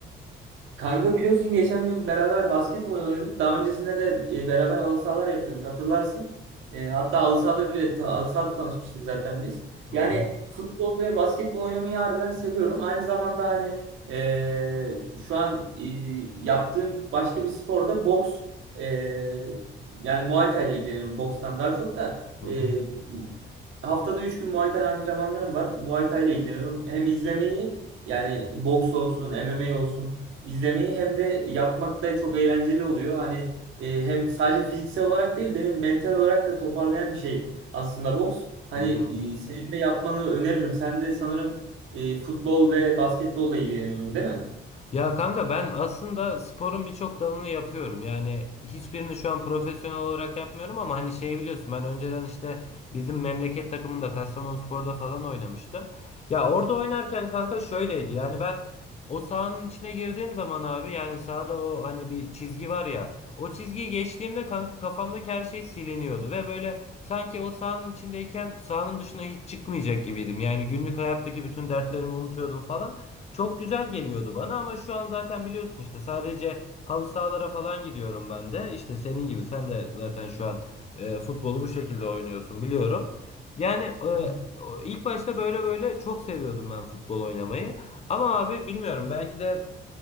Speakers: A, on the right (about 80°); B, on the left (about 35°).
A: Kanka biliyorsun geçen gün beraber basketbol oynadık. Daha öncesinde de e, beraber halı sahalar yapıyorduk hatırlarsın. E, hatta halı sahada bile ta- halı sahada tanışmıştık zaten biz.
B: Hı
A: Yani
B: hı.
A: futbol ve basketbol oynamayı harbiden seviyorum. Aynı zamanda hani e, şu an e, yaptığım başka bir sporda boks e, yani Muay Thai ile ilgileniyorum bokstan daha çok da
B: Hı hı.
A: e, haftada 3 gün Muay Thai antrenmanlarım var. Muay Thai ile ilgileniyorum. Hem izlemeyi yani boks olsun, MMA olsun. İzlemeyi hem de yapmak da çok eğlenceli oluyor. Hani e, hem sadece fiziksel olarak değil benim mental olarak da toparlayan bir şey aslında boks. Hani
B: Hı hı.
A: e, senin de yapmanı öneririm. Sen de sanırım e, futbol ve basketbolla ilgileniyordun değil mi?
B: Ya kanka ben aslında sporun birçok dalını yapıyorum. Yani hiçbirini şu an profesyonel olarak yapmıyorum ama hani şeyi biliyorsun ben önceden işte bizim memleket takımında Kastamonuspor'da falan oynamıştım. Ya orada oynarken kanka şöyleydi. Yani ben o sahanın içine girdiğim zaman abi yani sahada o hani bir çizgi var ya. O çizgiyi geçtiğimde kanka kafamdaki her şey siliniyordu ve böyle sanki o sahanın içindeyken sahanın dışına hiç çıkmayacak gibiydim. Yani günlük hayattaki bütün dertlerimi unutuyordum falan. Çok güzel geliyordu bana ama şu an zaten biliyorsun işte sadece halı sahalara falan gidiyorum ben de. İşte senin gibi sen de zaten şu an e, futbolu bu şekilde oynuyorsun biliyorum. Yani e,
A: hı,
B: o- ilk başta böyle böyle çok seviyordum ben futbol oynamayı. Ama abi bilmiyorum belki de